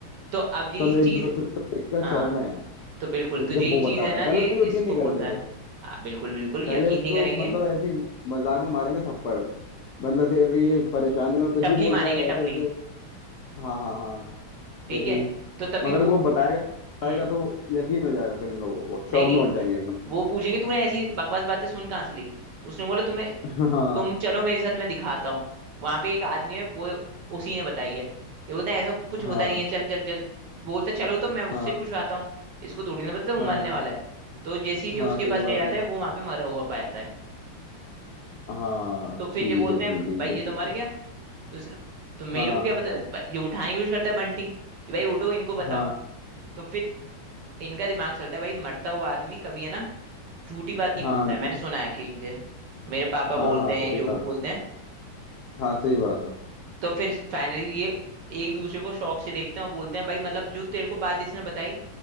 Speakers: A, on the right (about 65°); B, on the left (about 85°).
A: तो अब यही
B: सब
A: चीज
B: एक दूसरे को देखकर
A: हाँ
B: शौक में है
A: तो बिल्कुल तो
B: जब
A: यही
B: वो
A: चीज
B: बताता
A: है ना
B: है पहले
A: ये
B: तो यकीन
A: इसको
B: नहीं
A: बोलता
B: करेंगे
A: है
B: वो
A: हाँ बिल्कुल बिल्कुल
B: पहले
A: यकीन
B: इसको
A: नहीं करेंगे
B: मतलब ऐसे ही मजाक में मारेंगे थप्पड़ मतलब कि अगर ये परेशानी में कुछ
A: टपली
B: ही बोलता
A: मारेंगे
B: है ऐसे
A: टपली
B: ऐसे हाँ हाँ हाँ
A: ठीक
B: वही
A: है तो तभी
B: मगर
A: वो
B: वो बताएगा बताएगा
A: हम्म
B: तो यकीन हो जाएगा फिर इन लोगों को शौक
A: नहीं नहीं
B: में हो जाएंगे एकदम
A: वो पूछेंगे तूने ऐसी बकवास बातें सुन कहाँ से ली उसने बोला तुम्हें
B: <laughs> हाँ
A: तुम चलो मेरे साथ मैं दिखाता हूँ वहां पे एक आदमी है वो उसी ने बताई है ये बोलता है ऐसा कुछ होता
B: हाँ
A: नहीं है चल चल चल बोलता चलो तो मैं उससे
B: हाँ
A: पूछवाता हूँ इसको थोड़ी ना पता वो
B: हाँ
A: मरने वाला है तो जैसी जी
B: हाँ
A: उसके
B: सही
A: पास
B: बात
A: ले जाता
B: है
A: है वो वहां पे मरा हुआ पाता है
B: हाँ
A: तो
B: ठीक
A: फिर ये बोलते
B: है ठीक
A: हैं भाई
B: है ठीक है
A: ये
B: ठीक
A: तो मर गया
B: है
A: तो इसने तो मेरे
B: हाँ
A: को क्या पता भाई, ये उठाने की कोशिश करता है बंटी कि भाई उठो इनको बताओ
B: हाँ
A: तो फिर इनका दिमाग चलता है भाई मरता हुआ आदमी कभी है ना झूठी बात नहीं
B: हाँ
A: बोलता है मैंने सुना है कहीं से मेरे पापा
B: हाँ
A: बोलते
B: हाँ
A: हैं
B: सही
A: ये जो
B: बात
A: भी बोलते हैं
B: हाँ सही बात है
A: तो फिर फाइनली ये एक दूसरे को शौक से देखते हैं और बोलते हैं भाई मतलब जो तेरे को बात इसने बताई